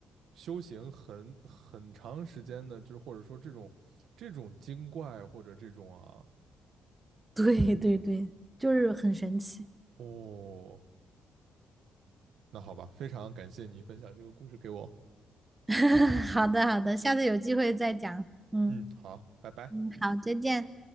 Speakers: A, on the right; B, on the right.
A: 修行很很长时间的，就是或者说这种这种精怪或者这种啊，
B: <laughs> 对对对，就是很神奇。
A: 哦，那好吧，非常感谢你分享这个故事给我。
B: <laughs> 好的好的，下次有机会再讲。嗯
A: 嗯，好，拜拜。
B: 嗯，好，再见。